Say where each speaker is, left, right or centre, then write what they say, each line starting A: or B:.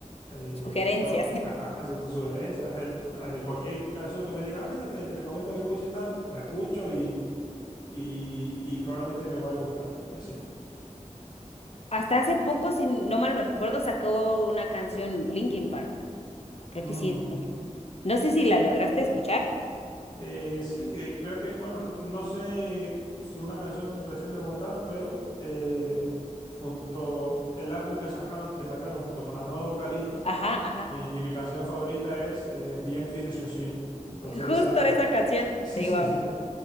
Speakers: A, on the left; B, on the left.
A: Eh,
B: Sugerencias.
A: to- ajá, hacia tus sugerencias, eh, eh, cualquier canción que me diga, "Ah, mira, te, te recomiendo que escuche tal, la escucho y y, y probablemente me va a gustar, y así.
B: Hasta hace poco, si no mal me recuerdo, sacó una canción Linkin Park. Creo que
A: Ujú.
B: sí. es Linkin- No sé si la lograste escuchar.
A: Eh, sí, que creo que, bueno, no sé si una canción reciente como tal, pero eh, junto el álbum que sacaron, que sacaron junto con la nueva vocalista,
B: Ajá, ajá.
A: mi, mi canción favorita es eh, The Emptiness Machine. Entonces esa,
B: Justo esa canción
A: <laughs>
B: te iba a hablar.